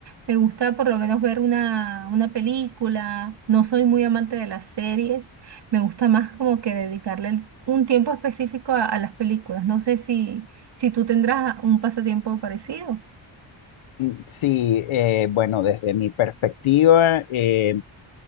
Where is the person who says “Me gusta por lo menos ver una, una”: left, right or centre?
Right